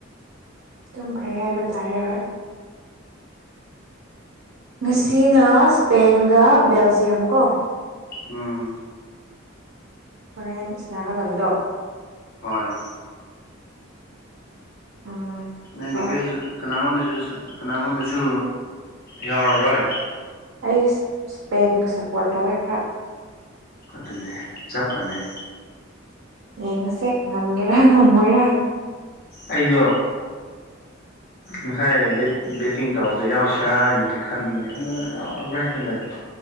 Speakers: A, on the right; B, on the left.
A: ꯑꯗꯨꯨꯝ ꯐꯩ ꯍꯥꯏꯕ ꯇꯥꯔꯦ ꯍꯣꯏ ꯉꯁꯤꯅ ꯁ꯭ꯄꯦꯟꯒ ꯕꯦꯜꯖꯤꯌꯝ ꯀꯣ
B: ꯑꯝ
A: ꯍꯣꯔꯦꯟ ꯁꯟꯅꯥꯒꯗꯕꯗꯣ
B: ꯍꯣꯏ
A: ꯎꯝ
B: ꯅꯪꯗꯤ
A: ꯍ
B: ꯀꯔꯤꯁꯨ ꯀꯅꯥꯒꯣꯟꯗꯁꯨ ꯀꯅꯥꯒꯣꯟꯗꯁꯨ ꯌꯥꯎꯔꯔꯣꯏ
A: ꯑꯩ ꯏꯁꯄꯦꯟ ꯁꯞꯄꯣꯔꯠ ꯇꯧꯋꯦ ꯈꯔ
B: ꯑꯗꯨꯅꯦ ꯆꯞ ꯃꯥꯟꯅꯩ
A: ꯌꯦꯡꯉꯁꯦ ꯉꯝꯒꯦꯔꯥ ꯉꯝꯃꯣꯏꯔ
B: ꯑꯩꯖꯨ ꯉꯁꯥꯏ ꯕꯦꯠꯇꯤꯡ ꯇꯧꯕꯗ ꯌꯥꯎꯁꯤꯔꯥ ꯍꯥꯏꯅꯗꯤ ꯈꯟꯕꯅꯦ ꯑꯗꯨ ꯌꯥꯎꯔꯔꯣꯏ ꯍꯥꯏꯅ ꯂꯩꯕ